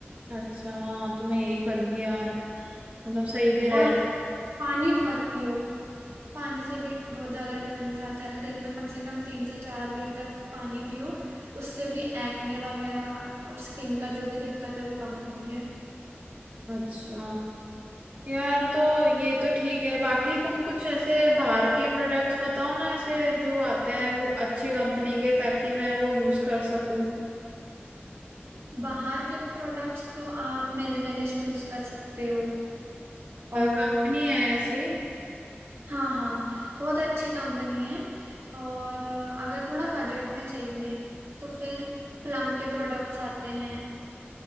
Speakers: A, on the right; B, on the right.
A: अच्छा हाँ, तो मैं यही करूंगी यार मतलब सही भी रहे
B: और पानी बहुत पियो पानी से भी बहुत ज्यादा डिफरेंस आता है दिन में कम से कम तीन से चार लीटर पानी पियो उससे भी एक्ने वगैरह और स्किन का जो भी दिक्कत है वो कम होती है
A: अच्छा यार तो ये तो ठीक है बाकी तुम कुछ ऐसे बाहर के प्रोडक्ट्स बताओ ना ऐसे जो आते हैं वो अच्छी कंपनी के ताकि मैं वो यूज कर सकूं
B: बाहर के प्रोडक्ट्स तो आप मिनिमलिस्ट यूज कर सकते हो और
A: कंपनी है ऐसी
B: हाँ हाँ बहुत अच्छी कंपनी है और अगर थोड़ा बजट में चाहिए तो फिर प्लम के प्रोडक्ट्स आते हैं